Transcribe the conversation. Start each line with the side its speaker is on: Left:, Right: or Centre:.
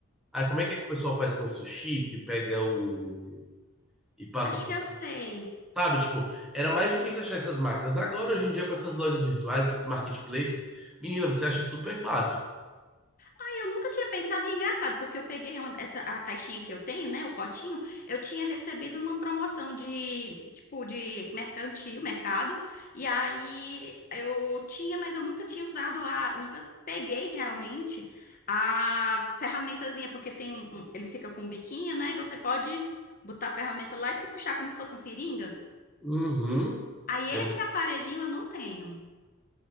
Centre: Ah, como é que é que o pessoal faz com o sushi que pega o e passa
Left: Acho
Centre: por
Left: que eu
Centre: cima?
Left: sei.
Centre: Sabe, tipo, era mais difícil achar essas máquinas. Agora, hoje em dia, com essas lojas virtuais, esses marketplaces, menina, você acha super fácil.
Left: Ai, eu nunca tinha pensado, e é engraçado, porque eu peguei uma- essa, a caixinha que eu tenho, né, o potinho, eu tinha recebido numa promoção de, tipo, de mercantil, mercado, e aí eu tinha, mas eu nunca tinha usado a, nunca peguei realmente a ferramentazinha, porque tem um, um- ele fica com um biquinho, né, e você pode botar a ferramenta lá e puxar como se fosse uma seringa.
Centre: Uhum.
Left: Aí
Centre: É,
Left: esse aparelhinho eu não tenho.